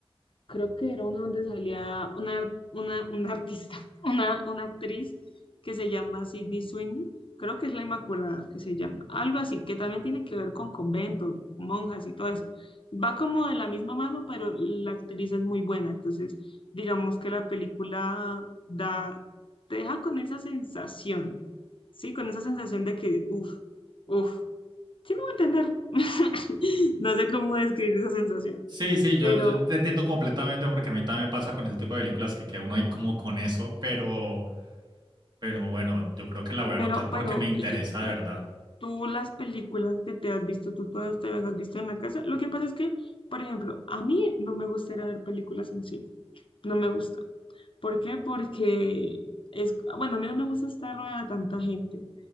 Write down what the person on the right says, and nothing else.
Sí, sí, yo,
yo te entiendo completamente porque a mí también me pasa con ese tipo de películas que, que uno hay como con eso, pero, pero bueno, yo creo que la voy a
anotar
porque me interesa
de verdad.